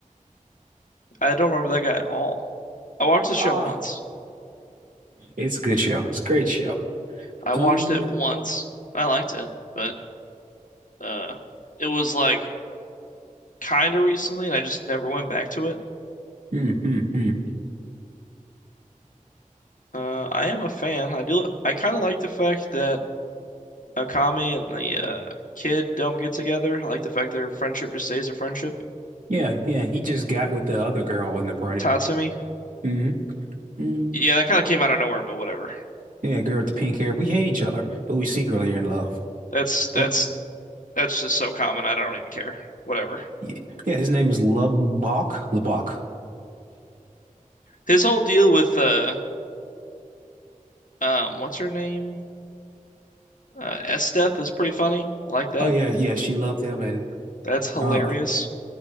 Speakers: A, on the left (about 70°); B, on the right (about 70°).
A: I don't remember that guy at all. I watched the show
B: Ah,
A: once.
B: it's a good show. It's a great show.
A: I
B: Um,
A: watched it once. I liked it, but uh, it was like kind of recently, and I just never went back to it.
B: hmm, hmm, hmm.
A: Uh, I am a fan. I do. I kind of like the fact that Akami and the uh, kid don't get together. I like the fact their friendship just stays a friendship.
B: Yeah, yeah. He just got with the other girl in the party.
A: Tatsumi.
B: hmm mm
A: Yeah, that kind of came out of nowhere, but whatever.
B: Yeah, girl with the pink hair. We hate each other, but we secretly are in love.
A: That's that's
B: What?
A: that's just so common. I don't even care. Whatever.
B: Yeah, yeah, his name is Lubbock. Lubbock.
A: His whole deal with uh um what's her name? Uh S Death is pretty funny. I like that.
B: Oh yeah, yeah, she loved him, and
A: That's hilarious.
B: uh,